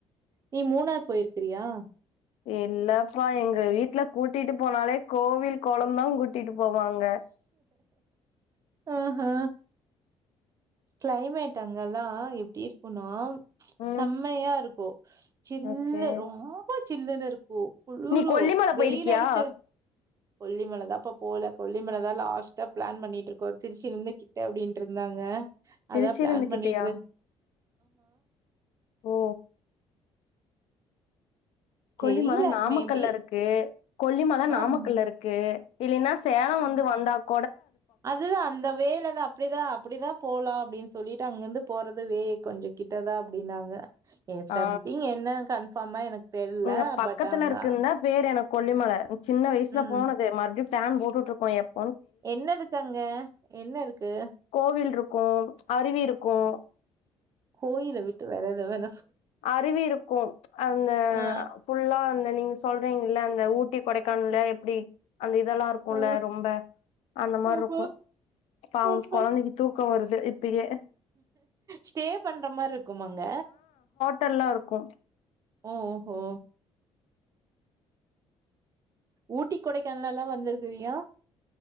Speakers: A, on the right (about 30°); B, on the left (about 75°).
A: நீ மூணார் போயிருக்கிறியா
B: இல்லெப்பா எங்க வீட்ல கூட்டிட்டு போனாலே கோவில் கொளம்தா கூட் டிட் போவாங்க
A: அஹா கிளைமேட் அங்கெல்லா எப்டி இருக்குனா
B: ம்
A: செம்மையா இருக்கு சில்லு
B: ஓகே
A: ரொம்ப சில்லுனு இருக்கு குளுரூ
B: நீ கொல்லிமலை போயிருக்கியா?
A: வெயிலு அடிச்ச கொல்லிமலதாபா போல கொல்லிமலதா லாஸ்ட்டா ப்ளான் பண்ணிட்டு இருக்கோ திருச்சி இருந்து கிட்ட அப்டின்னுட்டு இருந்தாங்க
B: திருச்சிலிருந்து
A: அதா ப்ளான்
B: கிட்டயா?
A: பண்ணிட்டுரு
B: ஓ கொல்லிமல
A: தெரியல
B: நாமக்கல்ல
A: மேபி
B: இருக்கு கொல்லிமல நாமக்கல்ல
A: ஆம்.
B: இருக்கு இல்லினா சேலம் வந் வந்தாக்
A: அதுதா அந்த வேல தா அப்டிதா அப்டிதா போலா அப்டினு சொல்லிட்டு அங்கிருந்து போறதுவே கொஞ்சொ கிட்டதா அப்டின்னாங்க ம்
B: ஆ
A: சம்திங் என்ன கன்ஃபார்மா எனக்கு தெரியல.
B: இங்க பக்கத்துல
A: பட் அங்க
B: இருக்குன்தா பேரு எனக் கொல்லிமல சின்ன வயசுல
A: ம்.
B: போனது மற்புடியு ப்ளான் போட்டுட்டு இருக்கோ எப்
A: என்ன இருக்கங்க என்ன இருக்கு
B: கோவில் இருக்கு அருவி இருக்கு
A: கோயல விட்டு வேற எதுவு வேண
B: அருவி இருக்கு அந்த
A: ஆ.
B: ஃபுல்லா இந்த நீங்க சொல்றீங்கல்ல அந்த ஊட்டி கொடைக்கானல்ல எப்படி அந்த இதெல்லா இருக்கும்ல
A: ஆ.
B: ரொம்ப அந்த மாரி
A: ஆமா.
B: இருக்கணு இப்ப அவ
A: ஆஹா.
B: கொழந்தைக்க தும் க்கம் வருது இப்பயே
A: ஸ்டே பண்ற மாரி இருக்குமாங்க
B: நல்லாருக்கு
A: ஓஹோ ஊட்டி கொடைக்கானலல்லா வந்திருக்குயா